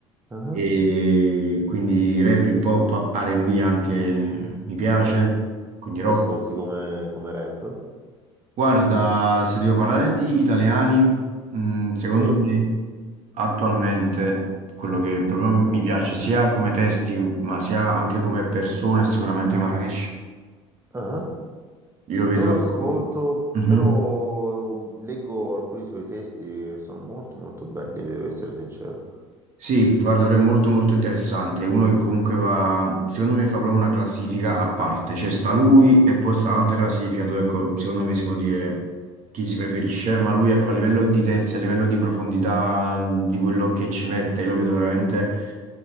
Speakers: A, on the right; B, on the right.
A: Ah,
B: E quindi rap, hip hop, R&B anche mi piace, quindi rock.
A: Che ascolti come, come rap?
B: Guarda, se devo parlare di italiani, mh, secondo
A: Sì,
B: me attualmente quello che proprio mi piace sia come testi, ma sia anche come persone, è sicuramente Marrakesh.
A: ah,
B: Io lo
A: Non
B: vedo...
A: lo ascolto,
B: Mhm.
A: però leggo alcuni suoi testi e sono molto molto belli, devo essere sincero.
B: Sì, guarda, lui è molto molto interessante, è uno che comunque va, secondo me fa proprio una classifica a parte, cioè sta lui e poi sta un'altra classifica dove ecco, secondo me si può dire chi si preferisce, ma lui ecco a livello di testa, a livello di profondità, mh, di quello che ci mette, lo vedo veramente